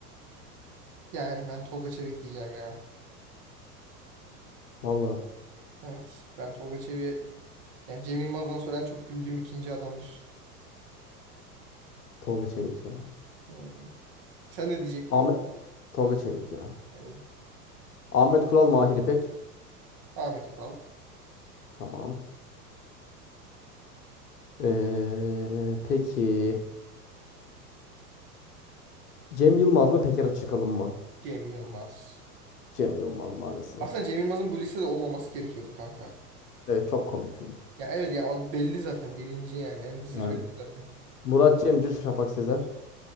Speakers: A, on the right; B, on the left.
A: Yani ben Tolga Çevik diyeceğim ya.
B: Valla
A: Evet. Ben Tolga Çevik'e yani Cem Yılmaz'dan sonra en çok güldüğüm ikinci adamdır.
B: Tolga Çevik ya.
A: Hmm. Sen ne diyecektin?
B: Ahmet Tolga Çevik ya.
A: Yani
B: Ahmet Kural Mahir İpek.
A: Ahmet Kural.
B: Tamam. Ee, peki Cem Yılmaz mı Peker Açıkalın mı?
A: Cem Yılmaz.
B: Cem Yılmaz maalesef.
A: Aslında Cem Yılmaz'ın bu listede olmaması gerekiyordu kanka.
B: Evet çok komik çünkü.
A: Ya evet ya o belli zaten birinci yani en zirvede
B: Yani.
A: zaten.
B: Murat Cemcir, Şafak Sezer.